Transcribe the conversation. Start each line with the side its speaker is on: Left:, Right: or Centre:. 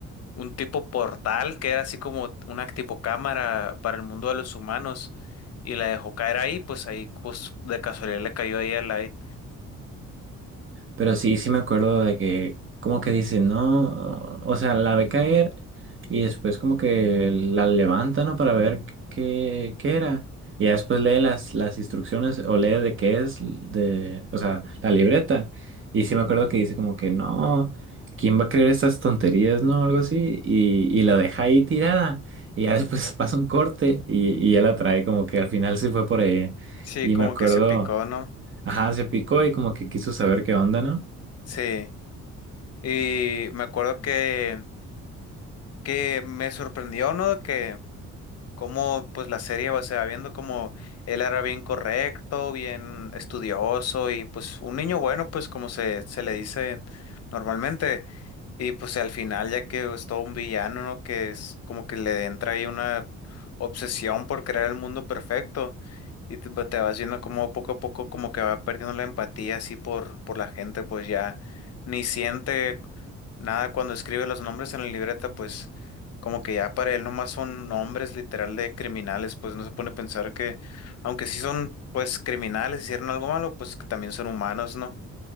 Left: un tipo portal que era así como una tipo cámara para el mundo de los humanos. Y la dejó caer ahí, pues ahí jus- de casualidad le cayó ahí a Light.
Right: Pero sí, sí me acuerdo de que como que dice, no, o sea, la ve caer y después como que la levanta, ¿no? Para ver qué, qué era. Y ya después lee las, las instrucciones o lee de qué es, de, o sea, la libreta. Y sí me acuerdo que dice como que, no, ¿quién va a creer estas tonterías, no? Algo así. Y, y la deja ahí tirada. Y ya después <laughs> pasa un corte y, y ya la trae como que al final se fue por ahí.
Left: Sí,
Right: Y
Left: como
Right: me acuerdo,
Left: que se picó, ¿no?
Right: ajá, se picó y como que quiso saber qué onda, ¿no?
Left: Sí. Y me acuerdo que, que me sorprendió, ¿no? Que cómo pues la serie va- se va viendo como él era bien correcto, bien estudioso y pues un niño bueno, pues como se, se le dice normalmente. Y pues al final, ya que es todo un villano, ¿no? Que es como que le entra ahí una obsesión por crear el mundo perfecto. Y te, pues, te vas viendo como poco a poco como que va perdiendo la empatía así por, por la gente, pues ya ni siente nada cuando escribe los nombres en la libreta, pues como que ya para él nomás son nombres literal de criminales, pues no se pone a pensar que, aunque sí son pues criminales, hicieron algo malo, pues que también son humanos, ¿no?